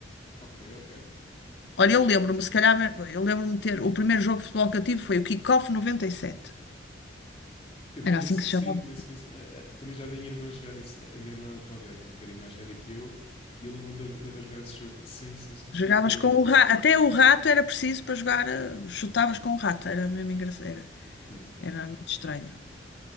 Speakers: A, on the left; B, on the left.
A: ok, ok.
B: Olha, eu lembro-me, se calhar, eu lembro-me de ter, o primeiro jogo de futebol que eu tive foi o Kickoff 97.
A: Eu
B: Era
A: conheço,
B: assim que se
A: sim,
B: chamava.
A: conheço, conheço. Eh, eh, também já vi a minha irmã jogar isso. A minha irmã, pronto, é, é um bocadinho mais velha que eu. E eu lembro-me de, de haver jogado esse jogo. Sim, sim, sim, sim.
B: Jogavas
A: Estou a ver,
B: com
A: estou
B: o
A: a ver.
B: rato, até o rato era preciso para jogar, eh, chutavas com o rato, era mesmo engraçado, era,
A: Yeah.
B: era muito estranho.